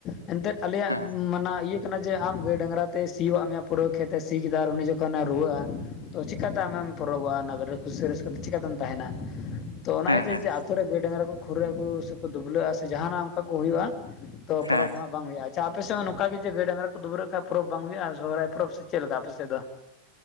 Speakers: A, on the left; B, on the left.
A: ᱮᱱᱛᱮᱫ ᱟᱞᱮᱭᱟᱜ
B: ᱦᱮᱸ
A: ᱢᱟᱱᱟ ᱤᱭᱟᱹ ᱠᱟᱱᱟ ᱡᱮ ᱟᱢ ᱜᱟᱹᱭ ᱰᱟᱝᱨᱟ ᱛᱮ ᱥᱤᱭᱩᱜ ᱟᱜ ᱢᱮᱭᱟ ᱯᱩᱨᱟᱹ ᱠᱷᱮᱛ ᱮ ᱥᱤ ᱠᱮᱫᱟ ᱟᱨ ᱩᱱᱤ ᱡᱚᱠᱷᱚᱱᱮ ᱨᱩᱣᱟᱹᱜᱼᱟ᱾ ᱛᱚ ᱪᱮᱠᱟᱛᱮ ᱟᱢᱮᱢ ᱯᱚᱨᱚᱵᱚᱜᱼᱟ ᱚᱱᱟ ᱠᱩᱥᱤ ᱨᱟᱹᱥᱠᱟᱹ ᱛᱮ ᱪᱤᱠᱟᱛᱮᱢ ᱛᱟᱦᱮᱱᱟ᱾ ᱛᱚ ᱚᱱᱟ
B: ᱦᱮᱸ
A: ᱤᱭᱟᱹᱛᱮ
B: ᱦᱮᱸ
A: ᱡᱩᱫᱤ ᱟᱛᱳ ᱨᱮ ᱜᱟᱹᱭ ᱰᱟᱝᱨᱟ ᱠᱚ ᱠᱷᱩᱨᱟᱹᱜ ᱟᱠᱚ ᱥᱮᱠᱚ ᱫᱩᱵᱽᱞᱟᱹᱜᱼᱟ ᱥᱮ ᱡᱟᱦᱟᱱᱟᱜ ᱚᱱᱠᱟ ᱠᱚ ᱦᱩᱭᱩᱜᱼᱟ᱾ ᱛᱚ ᱯᱚᱨᱚᱵᱽ
B: ᱦᱮᱸ
A: ᱫᱚ ᱦᱟᱸᱜ ᱵᱟᱝ ᱦᱩᱭᱩᱜᱼᱟ᱾ ᱟᱪᱪᱷᱟ ᱟᱯᱮᱥᱮᱫ ᱦᱚᱸ ᱱᱚᱝᱠᱟ ᱜᱮ ᱡᱮ ᱜᱟᱹᱭ ᱰᱟᱝᱨᱟ ᱠᱚ ᱫᱩᱵᱨᱟᱹᱜ ᱠᱷᱟᱡ ᱯᱚᱨᱚᱵᱽ ᱵᱟᱝ ᱦᱩᱭᱩᱜᱼᱟ ᱥᱚᱦᱚᱨᱟᱭ ᱯᱚᱨᱚᱵᱽ ᱥᱮ ᱪᱮᱫ ᱞᱮᱠᱟ ᱟᱯᱮ ᱥᱮᱫ ᱫᱚ